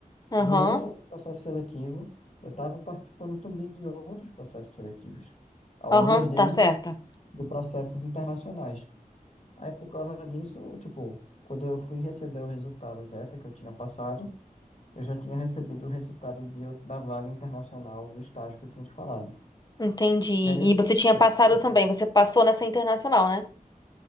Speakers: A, on the left (about 25°); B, on the left (about 50°).
A: aham,
B: Durante esse processo seletivo, eu estava participando também de outros processos seletivos, algumas
A: aham,
B: deles
A: tá certa.
B: de processos internacionais. Aí, por causa disso, tipo, quando eu fui receber o resultado dessa que eu tinha passado, eu já tinha recebido o resultado de, eu- da vaga internacional do estágio que eu tinha te falado.
A: Entendi.
B: E aí
A: E
B: eu fiquei
A: você tinha
B: pensando,
A: passado
B: poxa,
A: também. Você passou nessa internacional, né?